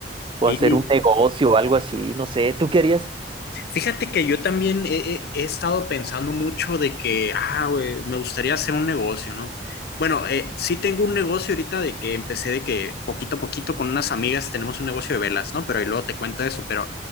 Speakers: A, on the right (about 30°); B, on the left (about 60°).
A: o
B: Sí,
A: hacer un negocio o algo así, no sé. ¿Tú qué harías?
B: Fíjate que yo también he, he- he estado pensando mucho de que, ah, güey, me gustaría hacer un negocio, ¿no? Bueno, eh, sí tengo un negocio ahorita de que empecé de que poquito a poquito con unas amigas tenemos un negocio de velas, ¿no? Pero ahí luego te cuento eso, pero